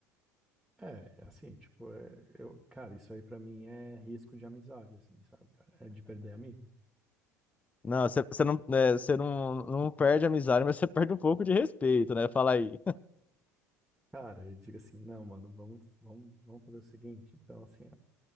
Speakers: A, in the centre; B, on the left.
A: é, é assim, tipo, é, eu, cara, isso aí pra mim é risco de amizade, assim, sabe, cara? É de perder amigo.
B: Não, você você não, é, você não, não perde a amizade, mas você perde um pouco de respeito, né? Fala aí.
A: Cara, eu digo assim, não, mano, vamos, vamos, vamos fazer o seguinte, então assim, ó,